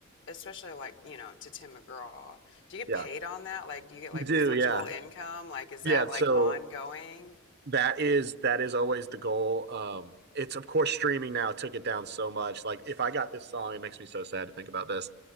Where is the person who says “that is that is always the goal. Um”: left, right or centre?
Right